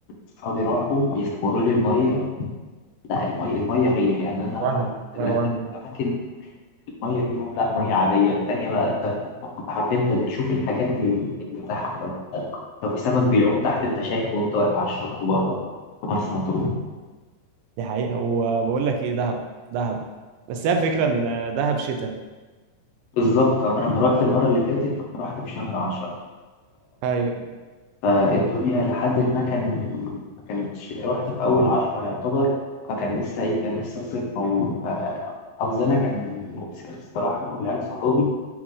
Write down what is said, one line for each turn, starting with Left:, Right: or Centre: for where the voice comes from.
Left: أصحابي راحوا بيصوروا لي المية لا المية المية غير يعني أنا
Right: وهم
Left: رحت ثلاثة
Right: لا وهم
Left: أماكن المية فيهم لا مية عادية التانية بقى أنت أنت حرفيا أنت بتشوف الحاجات اللي اللي تحت لو لو في سمك بيعوم تحت أنت شايفه وأنت واقف على الشط بره في مرسى مطروح
Right: دي حقيقة وبقول لك ايه دهب دهب بس هي فكرة ان دهب شتاء
Left: بالظبط أما أنا لما رحت المرة اللي فاتت رحت في شهر 10
Right: ايوه
Left: فالدنيا لحد ما كان ما كانتش رحت في أول عشرة يعتبر فكان لسه إيه كان لسه الصيف موجود فحظنا كان مؤسف الصراحة أنا والعيال صحابي